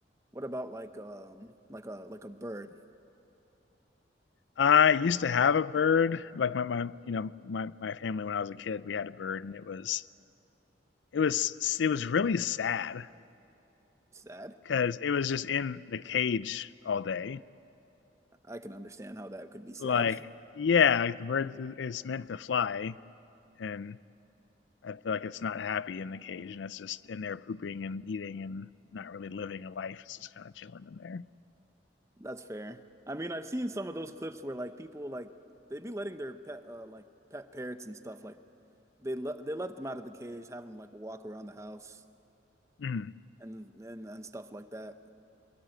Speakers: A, on the right (about 15°); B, on the left (about 80°).
A: What about like um like a like a bird?
B: I used to have a bird, like my, my you know my my family when I was a kid, we had a bird, and it was it was it was really sad
A: Sad.
B: because it was just in the cage all day.
A: I can understand how that could be sad.
B: Like yeah, like the bird is meant to fly, and I feel like it's not happy in the cage, and it's just in there pooping and eating and not really living a life. It's just kind of chilling in there.
A: <laughs> That's fair. I mean, I've seen some of those clips where like people like they'd be letting their pet uh like pet parrots and stuff like they let they let them out of the cage, have them like walk around the house
B: Mm.
A: and and and stuff like that.